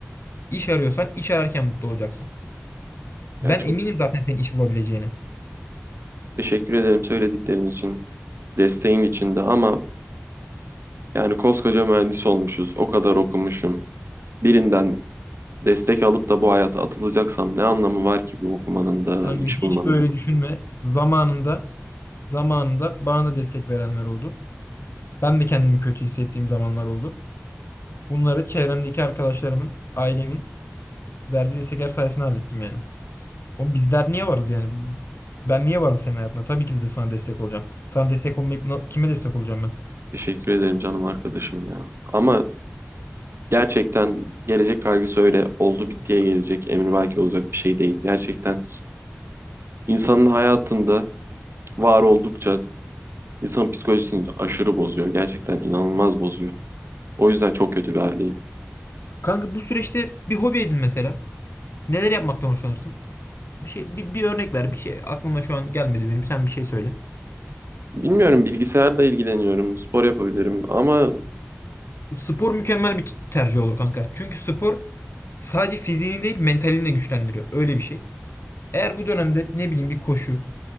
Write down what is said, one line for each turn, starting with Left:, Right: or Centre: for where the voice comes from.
Left: İş arıyorsan iş ararken mutlu olacaksın. Ben
Right: Ya çok
Left: eminim zaten senin iş bulabileceğine.
Right: teşekkür ederim söylediklerin için, desteğin için de ama yani koskoca mühendis olmuşuz, o kadar okumuşum. Birinden destek alıp da bu hayata atılacaksam ne anlamı var ki bu okumanın da,
Left: Kanka
Right: iş
Left: hiç
Right: bulmanın
Left: böyle
Right: da?
Left: düşünme. Zamanında Zamanında bana da destek verenler oldu. Ben de kendimi kötü hissettiğim zamanlar oldu. Bunları çevremdeki arkadaşlarımın, ailemin verdiği destekler sayesinde hallettim yani. O bizler niye varız yani? Ben niye varım senin hayatında? Tabii ki de sana destek olacağım. Sana destek olmayıp na- kime destek olacağım ben?
Right: Teşekkür ederim canım arkadaşım ya. Ama gerçekten gelecek kaygısı öyle oldu bittiye gelecek, emrivaki olacak bir şey değil. Gerçekten insanın hayatında var oldukça insanın psikolojisini aşırı bozuyor. Gerçekten inanılmaz bozuyor. O yüzden çok kötü bir haldeyim.
Left: Kanka bu süreçte bir hobi edin mesela. Neler yapmaktan hoşlanırsın? Bir şey bir, bir örnek ver. Bir şey aklıma şu an gelmedi benim. Sen bir şey söyle.
Right: Bilmiyorum bilgisayarla ilgileniyorum, spor yapabilirim ama
Left: Spor mükemmel bir tercih olur kanka. Çünkü spor sadece fiziğini değil mentalini de güçlendiriyor. Öyle bir şey. Eğer bu dönemde ne bileyim bir koşu